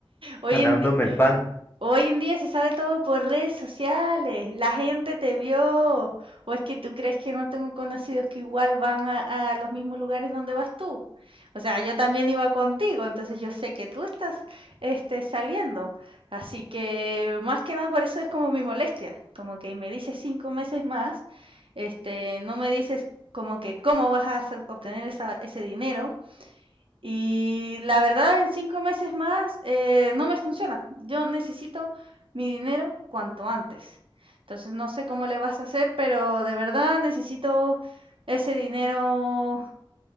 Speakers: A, on the right; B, on the left.
A: oye,
B: ganándome
A: en-
B: el pan.
A: Hoy en día se sabe todo por redes sociales, la gente te vio, o es que tú crees que no tengo conocidos que igual van a, a los mismos lugares donde vas tú. O sea, yo también iba contigo, entonces yo sé que tú estás este, saliendo. Así que más que nada por eso es como mi molestia, como que me dices cinco meses más, este, no me dices como que cómo vas a hacer- obtener esa- ese dinero, y la verdad, en cinco meses más eh, no me funciona. Yo necesito mi dinero cuanto antes. Entonces no sé cómo le vas a hacer, pero de verdad necesito ese dinero